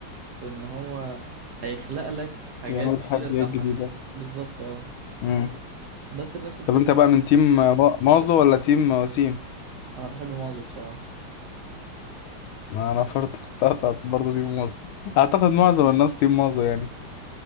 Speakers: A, on the right (about 60°); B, on the left (about 75°).
A: في ان هو هيخلق لك حاجات
B: يعملوا
A: جديدة
B: تحديات
A: تضحك
B: جديده
A: بالظبط اه
B: مم.
A: بس بنفس الفكرة
B: طب انت بقى من تيم ما- مازو ولا تيم وسيم
A: انا بحب مازو بصراحة
B: ما انا برضه <laughs> برضه تيم مازو اعتقد معظم الناس تيم مازو يعني